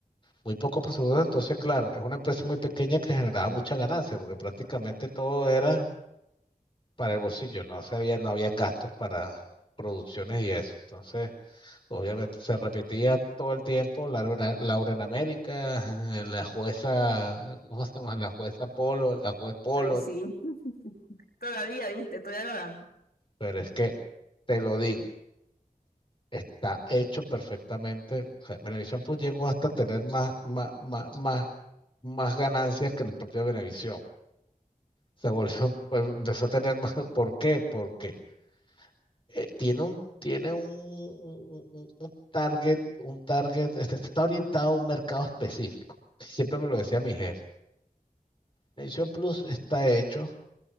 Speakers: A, on the left; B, on the left.
A: muy poco se produce. Entonces, claro, es una empresa muy pequeña que generaba mucha ganancia porque prácticamente todo era para el bolsillo, no se había, no habían gastos para producciones y eso. Entonces, obviamente se repetía todo el tiempo Laura, Laura en América, eh, la jueza, ¿cómo se llama? La jueza Polo, la juez Polo,
B: Ay, sí. <laughs> Todavía, viste, todavía lo dan.
A: pero es que te lo digo está hecho perfectamente. O sea, Venevisión Plus llegó hasta tener más, más, más, más, más ganancias que el propio Venevisión. Se volvió, <laughs> pues, empezó a tener más. ¿Por qué? Porque eh, tiene un, tiene un, un- un- un target, un target, este, está orientado a un mercado específico. Siempre me lo decía mi jefe. Venevisión Plus está hecho